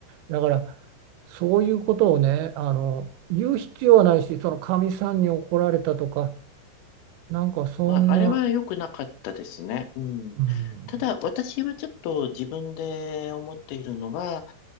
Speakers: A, on the right; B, on the left.
A: だからそういうことをねあの言う必要はないしそのかみさんに怒られたとかなんかそんな、
B: まあ、あれは良くなかったですね。うん。
A: うん、
B: ただ、私はちょっと自分で思っているのは、